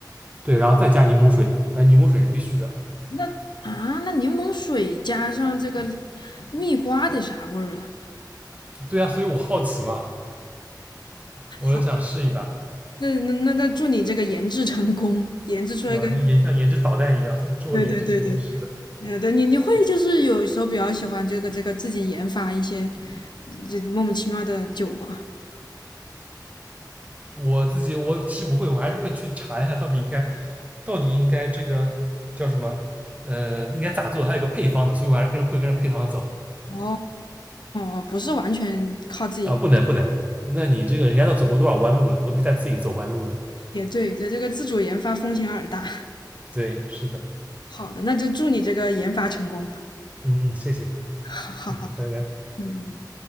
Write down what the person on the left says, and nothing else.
那啊，那柠檬水加上这个蜜瓜得啥味儿啊？
好，那那那那祝你这个研制成功，研制出来一个
对对对对，
呃，对你你会就是有时候比较喜欢这个这个自己研发一些这莫名其妙的酒吗？
哦哦，不是完全靠自己，
也对对，这个自主研发风险有点大。
好的，那就祝你这个研发成功。
<laughs> 好好好，
嗯嗯。嗯